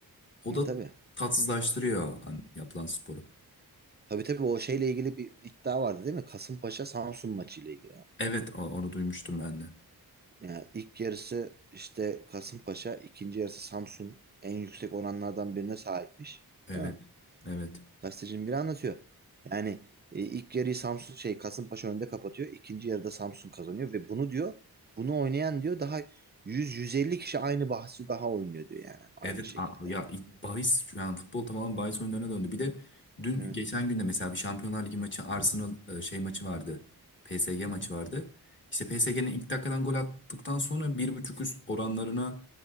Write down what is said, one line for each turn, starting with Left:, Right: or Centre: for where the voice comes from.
Left: O
Right: E
Left: da
Right: tabii.
Left: tatsızlaştırıyor
Right: Yani.
Left: hani yapılan sporu.
Right: Tabii tabii o şeyle ilgili bir iddia vardı değil mi? Kasımpaşa Samsun maçıyla ilgili.
Left: Evet, o- onu duymuştum ben de.
Right: Yani ilk yarısı işte Kasımpaşa, ikinci yarısı Samsun en yüksek oranlardan birine sahipmiş.
Left: Evet.
Right: Değil mi?
Left: Evet.
Right: Gazetecinin biri anlatıyor. Yani e, ilk yarıyı Samsun şey Kasımpaşa önde kapatıyor. ikinci yarıda Samsun kazanıyor ve bunu diyor bunu oynayan diyor daha 100-150 kişi aynı bahsi daha oynuyor diyor yani aynı
Left: Evet
Right: şekilde.
Left: a- ya it- bahis yani futbol tamamen bahis oyunlarına döndü. Bir de dün
Right: Evet.
Left: geçen günde mesela bir Şampiyonlar Ligi maçı Arsenal e, şey maçı vardı. PSG
Right: Hı
Left: maçı
Right: hı.
Left: vardı. İşte PSG'nin ilk dakikadan gol attıktan sonra bir buçuk üst oranlarına